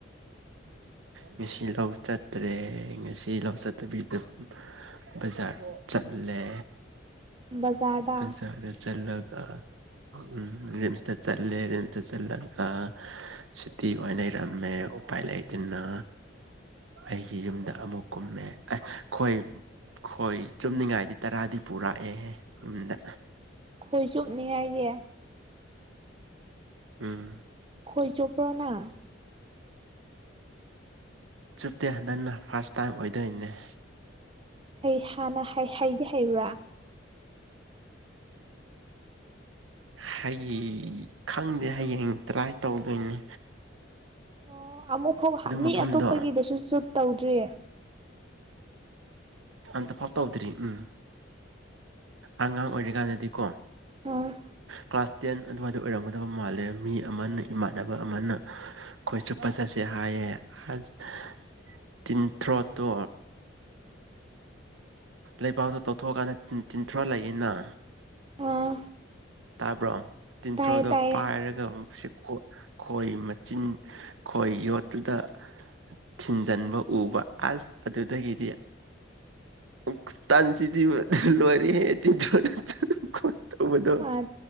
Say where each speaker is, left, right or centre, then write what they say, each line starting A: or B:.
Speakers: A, on the right; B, on the right.
A: ꯉꯁꯤ ꯂꯧ ꯆꯠꯇ꯭ꯔꯦ ꯉꯁꯤ ꯂꯧ ꯆꯠꯇꯕꯤ ꯗꯨꯝ ꯕꯖꯥꯔ ꯆꯠꯂꯦ
B: ꯕꯖꯥꯔꯗ
A: ꯕꯖꯥꯔꯗ ꯆꯠꯂꯒ ꯎꯝ ꯔꯤꯝꯁꯇ ꯆꯠꯂꯦ ꯔꯤꯝꯁꯇ ꯆꯠꯂꯒ ꯁꯨꯇꯤ ꯑꯣꯏꯅ ꯔꯝꯃꯦ ꯎꯄꯥꯏ ꯂꯩꯇꯅ ꯑꯩꯒꯤ ꯌꯨꯝꯗ ꯑꯃꯨꯛ ꯀꯨꯝꯃꯦ ꯑꯦ ꯈꯣꯏ ꯈꯣꯏ ꯆꯨꯞꯅꯤꯡꯉꯥꯏꯗꯤ ꯇꯔꯥꯗꯤ ꯄꯨꯔꯛꯑꯦꯍꯦ ꯌꯨꯝꯗ
B: ꯈꯣꯏ ꯆꯨꯞꯅꯤꯡꯉꯥꯏꯒꯤ
A: ꯎꯝ
B: ꯈꯣꯏ ꯆꯣꯞꯄ꯭ꯔꯣꯅ
A: ꯆꯨꯞꯇꯦ ꯍꯟꯗꯛꯅ ꯐꯥꯔꯁ ꯇꯥꯏꯝ ꯑꯣꯏꯗꯣꯏꯅꯦ
B: ꯍꯩ ꯍꯥꯟꯅ ꯍꯩ ꯍꯩꯗꯤ ꯍꯩꯕ꯭ꯔꯥ <inaudible>
A: ꯍꯩ ꯈꯪꯗꯦ ꯍꯌꯦꯡ ꯇ꯭ꯔꯥꯏ ꯇꯧꯗꯨꯏꯅꯦ
B: ꯑꯣ ꯑꯃꯨꯛꯐꯥꯎ ꯍꯥꯛ ꯃꯤ
A: ꯃꯐꯝꯗꯣ
B: ꯑꯇꯣꯞꯄꯒꯤꯗꯁꯨ ꯆꯨꯞ ꯇꯧꯗ꯭ꯔꯤ
A: ꯑꯝꯇꯐꯥꯎ ꯇꯧꯗ꯭ꯔꯤ ꯎꯝ ꯑꯉꯥꯡ ꯑꯣꯏꯔꯤꯀꯥꯟꯗꯗꯤꯀꯣ
B: ꯑꯣ
A: ꯀ꯭ꯂꯥꯁ ꯇꯦꯟ ꯑꯗꯨꯋꯥꯏꯗ ꯑꯣꯏꯔꯝꯒꯗꯕ ꯃꯥꯜꯂꯦ ꯃꯤ ꯑꯃꯅ ꯏꯃꯥꯟꯅꯕ ꯑꯃꯅ ꯈꯣꯏ ꯆꯨꯞꯄ ꯆꯠꯁꯦ ꯍꯥꯏꯌꯦ ꯑꯁ ꯇꯤꯟꯊ꯭ꯔꯣꯠꯇꯣ ꯂꯩꯕꯥꯛꯗ ꯇꯧꯊꯣꯛꯑꯀꯥꯟꯗ ꯇꯤꯟ ꯇꯤꯟꯊ꯭ꯔꯣ ꯂꯩꯌꯦꯅ
B: ꯑꯥ
A: ꯇꯥꯕ꯭ꯔꯣ ꯇꯤꯟꯊ꯭ꯔꯣꯗꯣ
B: ꯇꯥꯏꯌꯦ ꯇꯥꯏꯌꯦ
A: ꯄꯥꯏꯔꯒ <unintelligible> ꯈꯣꯏ ꯃꯆꯤꯟ ꯈꯣꯏ ꯌꯣꯠꯇꯨꯗ ꯊꯤꯟꯖꯟꯕ ꯎꯕ ꯑꯁ ꯑꯗꯨꯗꯒꯤꯗꯤ ꯈꯨꯇꯟꯁꯤꯗꯤ ꯂꯣꯏꯔꯦꯍꯦ ꯇꯤꯟꯊ꯭ꯔꯣ <unintelligible> ꯇꯧꯕꯗꯣ
B: ꯑꯥ